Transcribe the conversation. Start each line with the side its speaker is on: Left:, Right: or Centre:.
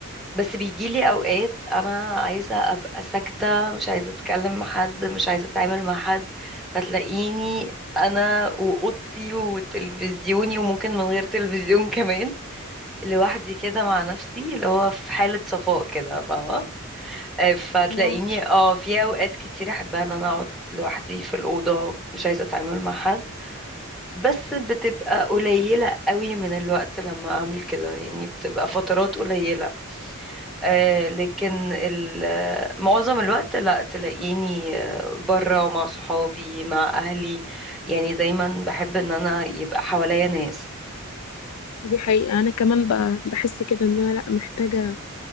Centre: بس بيجيلي أوقات أنا عايزة أبقى ساكتة مش عايزة أتكلم مع حد مش عايزة أتعامل مع حد فتلاقيني أنا وأوضتي وتلفزيوني وممكن من غير تلفزيون <laughs> كمان لوحدي كده مع نفسي اللي هو في حالة صفاء كده فاهمة آه، فتلاقيني
Left: اه
Centre: اه في أوقات كتير أحبها إن أنا أقعد لوحدي في الأوضة مش عايزة أتعامل مع حد بس بتبقى قليلة قوي من الوقت لما أعمل كده يعني بتبقى فترات قليلة آه لكن ال- آه، معظم الوقت لا تلاقيني آه، برا ومع صحابي مع أهلي يعني دايما بحب إن أنا يبقى حواليا ناس
Left: دي حقيقة أنا كمان بقى بحس كده إن أنا لأ محتاجة